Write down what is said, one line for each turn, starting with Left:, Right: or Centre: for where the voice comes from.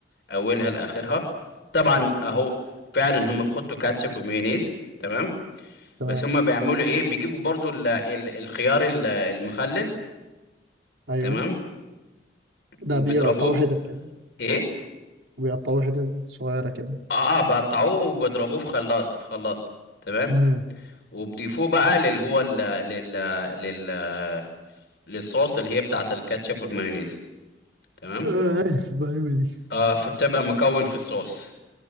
Left: اولها لاخرها طبعا اهو
Right: مم.
Left: فعلا هم بيحطوا كاتشب ومايونيز تمام
Right: تمام
Left: بس هم بيعملوا ايه بيجيبوا برضو ال ال الخيار ال- المخلل
Right: ايوه
Left: تمام
Right: ده
Left: وبيضربوه
Right: بيقطعوه حتت كده
Left: ايه
Right: وبيقطعوه حتت صغيره كده
Left: اه اه بقطعوه وبيضربوه في خلاط في خلاط تمام
Right: مم.
Left: وبيضيفوه بقى للي هو ال- لل لل للصوص اللي هي بتاعت الكاتشب والمايونيز تمام
Right: آه، عارف المعلومة دي
Left: آه فبتبقى مكون في الصوص